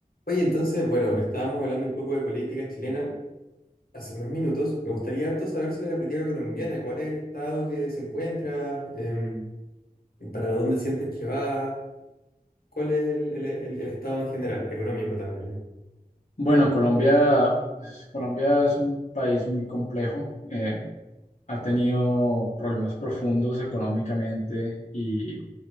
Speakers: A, on the left (about 75°); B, on the left (about 50°).
A: Oye, entonces, bueno, estábamos hablando un poco de política chilena hace unos minutos. Me gustaría harto saber sobre la política colombiana, cuál es el estado que se encuentra, Em, para dónde sientes que va, cuál es el, el- el- el estado en general, económico también.
B: Bueno, Colombia, pues, Colombia es un país muy complejo. eh, ha tenido problemas profundos económicamente y